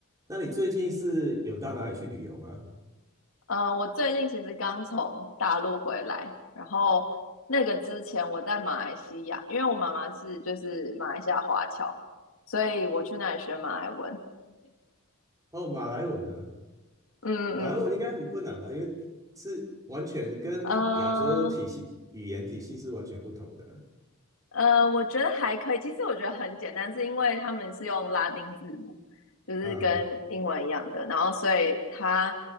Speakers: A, on the right (about 15°); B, on the left (about 70°).
A: 那你最近是有到哪里去旅游吗？
B: 呃，我最近其实刚从大陆回来，然后那个之前我在马来西亚，因为我妈妈是就是马来西亚华侨，所以我去那里学马来文。
A: 哦，马来文呢？
B: 嗯嗯，
A: 马来文应该很困难吧，因为是完全跟亚洲体系语言体系是完全不同的
B: 嗯呃呃，我觉得还可以。其实我觉得很简单，是因为他们是用拉丁字母，就是跟英文一样的，
A: 啊，
B: 然后所以它